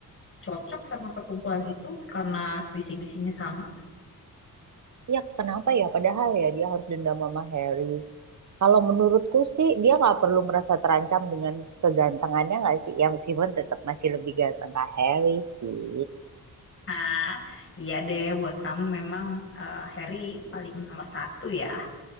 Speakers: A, on the left; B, on the right.
A: cocok sama perkumpulan itu karena visi misinya sama.
B: ya kenapa ya padahal ya dia harus dendam sama Harry kalau menurutku sih dia nggak perlu merasa terancam dengan kegantengannya nggak sih ya meskipun tetap masih lebih ganteng kak Harry sih
A: Ah, iya deh, buat kamu memang eh, Harry paling nomor satu ya.